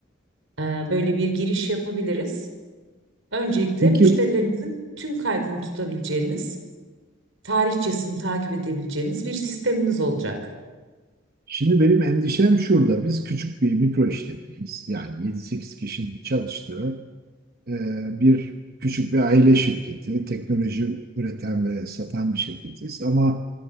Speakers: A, on the right (about 80°); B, on the right (about 50°).
A: Eee, böyle bir giriş yapabiliriz. Öncelikle
B: Peki,
A: müşterilerinizin tüm kaydını tutabileceğiniz, tarihçesini takip edebileceğiniz bir sisteminiz olacak.
B: şimdi benim endişem şurada. Biz küçük bir mikro işletmeyiz. Yani yedi sekiz kişinin çalıştığı e, bir küçük bir aile şirketi, teknoloji üreten ve satan bir şirketiz. Ama